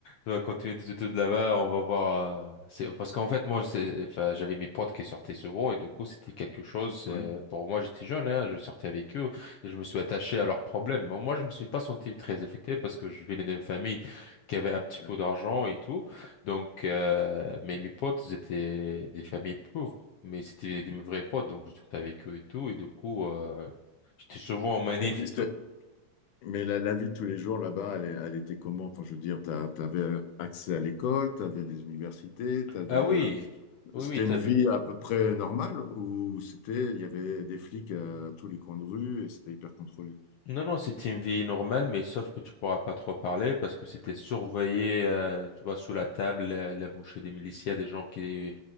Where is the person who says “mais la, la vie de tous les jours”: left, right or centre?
Left